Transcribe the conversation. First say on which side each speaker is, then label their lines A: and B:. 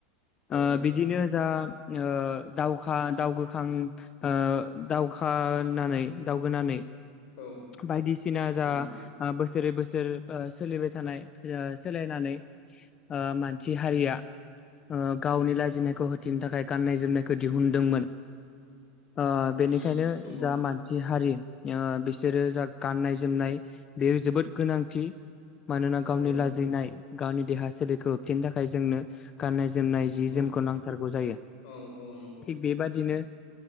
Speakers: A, on the left; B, on the left.
A: ओ
B: औ
A: बिदिनो जा‌ ओ दावखा दाव गोखां ओ दावखा नानै दावगोनानै
B: औ
A: बायदिसिना जा
B: नंगौ
A: ओ बोस बोसोरै बोसोर ओ सोलिबाय थानाय जा सोलायनानै ओ मानसि हारिया ओ गावनि लाजिनायखौ होथिनो थाखाय गाननाय जोमनायखौ दिहुनदोंमोन। ओ बेनिखायनो
B: उम नंगौ
A: जा मानसि हारि ओ बिसोरो जा गाननाय जोमनाय बेयो जोबोद गोनांथि। मानोना गावनि
B: औ
A: लाजिनाय गावनि देहा सोलेरखौ होबथिनो थाखाय जोंनो गाननाय जोमनाय जि
B: औ
A: जोमखौ नांथारगौ जायो
B: औ औ नंगौ
A: थिग
B: नंगौ
A: बेबादिनो